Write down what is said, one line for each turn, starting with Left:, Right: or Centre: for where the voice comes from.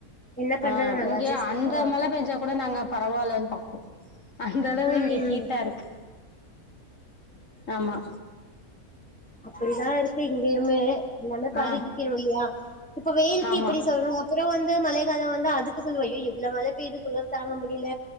Centre: என்ன பண்றது
Left: ஆ
Centre: நாங்க அஜேஷ்
Left: அந்த
Centre: ப
Left: இங்க மழ பேஞ்சா கொட நாங்க பரவாலன் பாக்கோம் அந்த அளவு
Centre: ம்
Left: இங்க ஹீட்டாருக்கு
Centre: ம்
Left: ஆம்மா
Centre: அப்படிதான் இருக்கு இங்கயுமே எல்லாமே பழகிக்கிறோ
Left: ஆ
Centre: இல்லையா இப்ப வெயிலுக்கு
Left: ஆமா
Centre: இப்படி சொல்றோ அப்றோ வந்து மழை காலோ வந்தா அதுக்கு சொல்வோ ஏ இவ்ளோ மழ பெய்து குளிர் தாங்க முடில